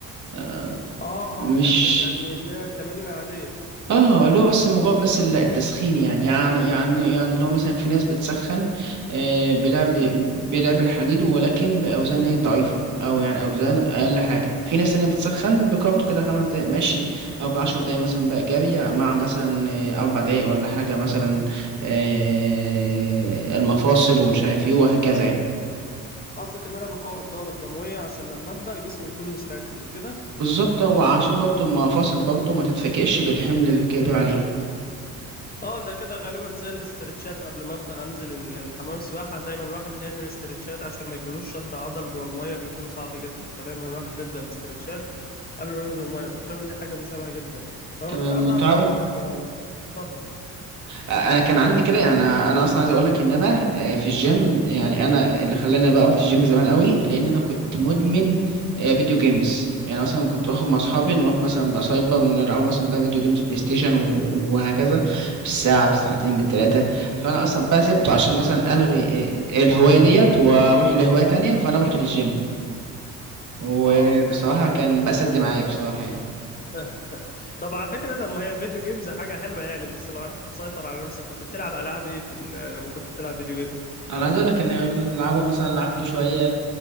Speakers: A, on the right (about 55°); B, on the left (about 25°).
A: آه،
B: اه
A: مش
B: اه فهمتك يعني اللي هي التمارين العاديه
A: اه اللي هو بس الموضوع بس ال- التسخين يعني يعني يعني يعني اللي هو مثلا في ناس بتسخن آه، بلعب بلعب الحديد ولكن باوزان ايه ضعيفه او يعني اوزان اقل حاجه في ناس تانية بتسخن بكارديو كده خمس دقايق مشي او بعشر دقايق مثلا بقى جري مع مثلا آه، اربع دقايق ولا حاجه مثلا آه، المفاصل ومش عارف ايه وهكذا يعني
B: قصدك ان انا بفوق الدوره الدمويه عشان لما ابدا جسمي يكون مستعد مش كده
A: بالظبط وعشان برضه المفاصل برضه ما تتفكئش بالحمل الكبير عليها
B: اه ده كده غالبا زي الاسترتشات قبل ما ابدا انزل ال- الحمام السباحه دايما الواحد بيعمل استرتشات عشان ما يجيلوش شد عضل جوه الميه بيكون صعب جدا فدايما الواحد بيبدا باسترتشات قبل ما ينزل الميه تقريبا دي حاجه مشابهه جدا طب
A: تمام
B: انا كنت عايز اعرف
A: تعرف
B: منك أهو. اتفضل
A: انا كان عندي كده يعني انا انا اصلا عايز اقول لك ان انا آه، في الجيم يعني انا اللي خلاني بقى رحت الجيم زمان قوي لان انا كنت مدمن آه، فيديو جيمز يعني مثلا كنت بخرج مع اصحابي نروح مثلا بقى سايبر نلعب مثلا بقى فيديو جيمز بلاي ستيشن و- وهكذا بالساعه بالساعتين بالثلاثه فانا اصلا بقى سبته عشان مثلا الغي آه، الهوايه ديت واروح لهوايه تانية فانا رحت للجيم وبصراحه
B: اه فهمتك
A: كان بقى سد معايا بصراحه يعني
B: <laughs> طب على فكره طب ما هي الفيديو جيمز حاجه حلوه يعني بس لو عرفت تسيطر على نفسك كنت بتلعب العاب ايه في ال- لما كنت بتلعب فيديو جيمز
A: انا عايز اقول لك ان كنا بنلعبه مثلا لعبت شويه